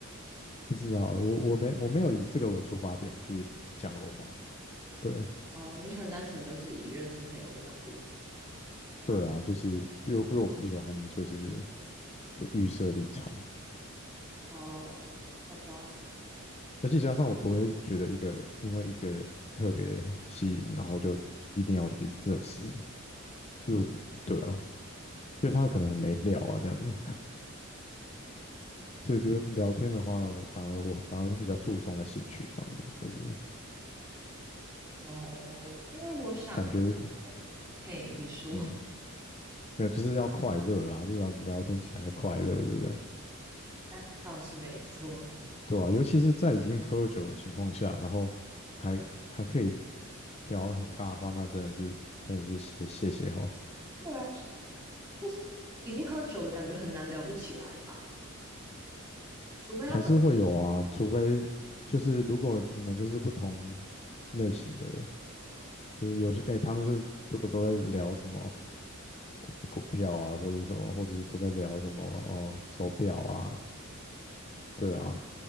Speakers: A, on the left (about 30°); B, on the right (about 20°).
A: 不知道欸，我我没我没有以这个为出发点去讲过话，对
B: <laughs> 哦，你可能单纯就是以认识朋友的角度吗？
A: 对啊，就是因为因为我不喜欢就是有预设立场，
B: 哦，好吧，
A: 而且加上我不会觉得一个因为一个特别吸引，然后就一定要去认识，就是我对啊，因为他可能很没料啊这样子，<laughs> 所以就聊天的话，反而我反而会比较注重在兴趣上面，就是
B: 哦，因为我想说，
A: 感觉
B: 嘿，你说，
A: 嗯没有就是要快乐啦，至少聊天起来要快乐，对不对？
B: <laughs> 那倒是没错。
A: 对啊，尤其是在已经喝酒的情况下，然后还还可以聊得很尬的话，那真的是可能是谢谢谢哦，
B: 对啊，就是已经喝酒了，感觉很难聊不起来吧？除非他本，
A: 还是会有啊，除非就是如果你们就是不同类型的，就是有些哎、他们就是如果都在聊什么股股票啊，或者什么，或者是都在聊什么哦手表啊，对啊，